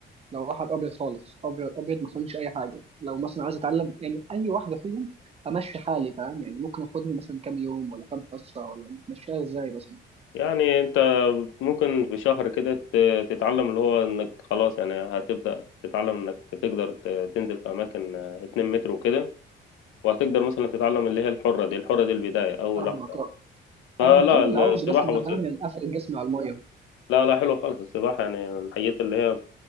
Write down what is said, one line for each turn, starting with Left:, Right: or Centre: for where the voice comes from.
Right: لو واحد ابيض خالص ابيض ابيض ما فهمش اي حاجه لو مثلا عايز اتعلم يعني اي واحده فيهم امشي حالي فاهم يعني ممكن اخدني مثلا كام يوم ولا كام حصه ولا بتمشيها ازاي مثلا
Left: يعني انت ممكن في شهر كده ت- تتعلم اللي هو انك خلاص يعني هتبدأ تتعلم انك تقدر ت- تنزل في اماكن آه، 2 متر وكده وهتقدر مثلا تتعلم اللي هي الحرة دي الحرة دي البداية اول
Right: فاهمك
Left: واحدة
Right: آه.
Left: فلا
Right: انا كل
Left: السباحة
Right: اللي عاوزه بس ان أنا
Left: بسيطة
Right: فاهم يعني افرد جسمي على الميه
Left: لا لا حلوة خالص السباحة يعني من الحاجات اللي هي